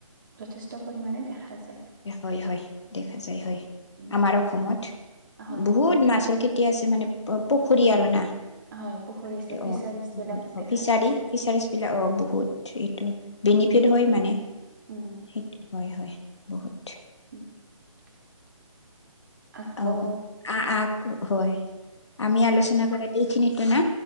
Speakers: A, on the right (about 35°); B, on the left (about 55°).
A: যথেষ্ট পৰিমাণে দেখা যায়
B: হয় হয় দেখা যায় হয়
A: উম,
B: আমাৰ অসমত
A: হয়
B: বহুত মাছ কেতিয়া আছে মানে প পুখুৰী আৰু না
A: হয় পুখুৰীছে
B: সেইটো
A: ফিচাৰিজ
B: অ
A: বিলাক
B: বহুত
A: দেখা
B: ফিচাৰি
A: পোৱা যায়।
B: ফিচাৰিছ বিলাক অ বহুত। থ্ৰিটো বেনিফিট হয় মানে
A: উম
B: সেইটো হয় হয় বহুত
A: <unintelligible> আকৌ
B: অ আ আ হয় আমি আলোচনা কৰা এইখিনিতেনে